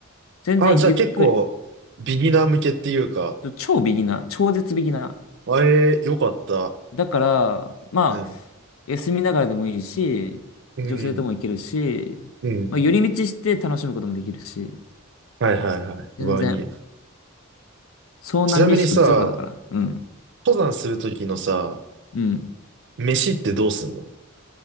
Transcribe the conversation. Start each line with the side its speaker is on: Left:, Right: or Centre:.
Left: 全然ゆっくり、
Right: あ、じゃあ結構、ビギナー向けっていうか、
Left: ちょ超ビギナー、超絶ビギナ
Right: あえー、よかった。
Left: ー。だから、まあ、
Right: うん。
Left: 休みながらでもいいし、
Right: うん
Left: 女性とも行けるし、
Right: うん。うん。
Left: まあ、寄り道して楽しむこともできるし、
Right: はいはいはい。
Left: 全然、
Right: うわ、いいや。
Left: 遭難リスクゼロだから。
Right: ちなみにさ、
Left: うん。
Right: 登山するときのさ、
Left: うん。
Right: 飯ってどうすんの